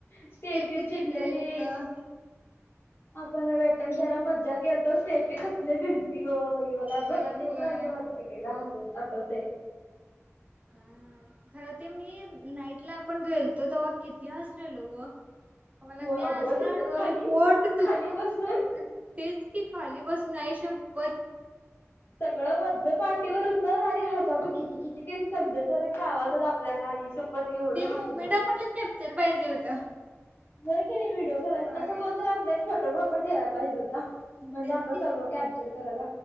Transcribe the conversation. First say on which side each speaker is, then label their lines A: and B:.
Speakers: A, on the left (about 50°); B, on the right (about 30°).
A: स्टेफी
B: स्टेफु
A: चिडलेली
B: चिडलेल ह <inaudible>
A: आपण वेतन द्यायला मज्जाच केलतो स्टेपी कसले भिलती ग बाई मला
B: बाई
A: मला
B: होय
A: ते पण अजून आठवतंय <unintelligible> एककदा हा आठवतंय
B: काय <unintelligible> खरं ते मी नाईट ला आपण गेलतो तेव्हा किती हसलेलो ग मला
A: हो अगं
B: ते अजून
A: तिथं
B: आठवालय
A: खाली
B: पोट धुकून
A: खाली बसून
B: करतात <unintelligible> तेच की खाली बसून आई श वत
A: सगळं व्हज पाटीवर होत आणि हासालतो खी खी खी खी संजय सर कावालत आपल्याला आई शप्पत एवढ
B: ते
A: हसलोय
B: मुमेंट आपणला कॅप्चर पाहिजे होतं
A: हो <unintelligible> की नाही व्हिडिओ करा
B: होय
A: असं कोणत आपल्याला एक फोटोग्राफर ठेवायला पाहिजे म्हणजे
B: तेच
A: आपलं
B: की
A: सगळं कॅप्चर करायला